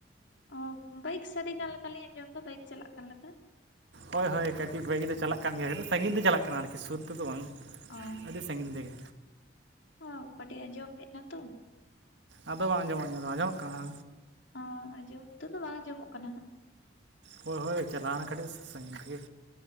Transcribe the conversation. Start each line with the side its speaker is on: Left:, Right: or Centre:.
Left: ᱚ ᱵᱟᱭᱤᱠ ᱥᱟᱰᱮ ᱠᱟᱱ ᱞᱮᱠᱟᱞᱤᱧ ᱟᱸᱡᱚᱢ ᱮᱫᱟ ᱵᱟᱭᱤᱠ ᱪᱟᱞᱟᱜ ᱠᱟᱱ ᱞᱮᱠᱟ᱾
Right: ᱦᱳᱭ ᱦᱳᱭ ᱠᱟᱹᱴᱤᱡ ᱵᱟᱭᱤᱠ ᱫᱚ ᱪᱟᱞᱟᱜ ᱠᱟᱱ ᱜᱮᱭᱟ ᱠᱟᱹᱴᱤᱡ ᱥᱟᱺᱜᱤᱧ ᱛᱮ ᱪᱟᱞᱟᱜ ᱠᱟᱱᱟ ᱟᱨᱠᱤ ᱥᱩᱨ ᱛᱮᱫᱚ ᱵᱟᱝ᱾
Left: ᱚ
Right: ᱟᱹᱰᱤ ᱥᱟᱺᱜᱤᱧ ᱨᱮᱜᱮ᱾
Left: ᱳ ᱠᱟᱹᱴᱤᱡ ᱟᱸᱡᱚᱢ ᱦᱮᱡ ᱱᱟ ᱛᱚ᱾
Right: ᱟᱫᱚ ᱵᱟᱝ ᱟᱸᱡᱚᱢᱟ, ᱟᱸᱡᱚᱢ ᱚᱜ ᱠᱟᱱᱟ?
Left: ᱚ ᱟᱸᱡᱚᱢ ᱱᱤᱛᱚᱜ ᱫᱚ ᱵᱟᱝ ᱟᱸᱡᱚᱢᱚᱜ ᱠᱟᱱᱟ ᱦᱟᱸᱜ᱾
Right: ᱦᱳᱭ ᱦᱳᱭ ᱪᱟᱞᱟᱣᱱᱟ ᱠᱟᱹᱴᱤᱡ ᱥᱟᱺᱜᱤᱧ ᱛᱮᱜᱮ᱾